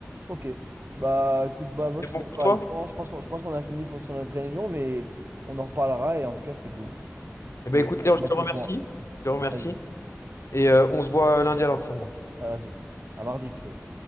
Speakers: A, on the right; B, on the left.
A: Ok. Bah écoute, bah moi
B: C'est
A: je suis
B: bon
A: d'accord
B: pour toi?
A: avec toi. hein. Je pense qu'on, je pense qu'on a fini pour sur notre réunion, mais on en reparlera et en tout cas c'était cool
B: Eh ben
A: de,
B: écoute,
A: de
B: Léon, je
A: mettre
B: te remercie.
A: les points.
B: Je te remercie.
A: Vas-y,
B: Et euh, on se voit lundi à l'entraînement.
A: à lundi. À mardi plutôt.